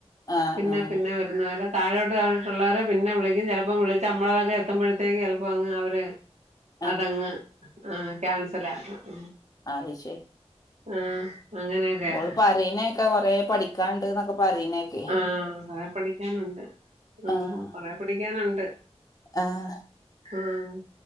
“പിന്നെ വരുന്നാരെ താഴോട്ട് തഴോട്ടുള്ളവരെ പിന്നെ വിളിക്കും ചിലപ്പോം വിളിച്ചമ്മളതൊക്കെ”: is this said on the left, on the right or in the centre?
Right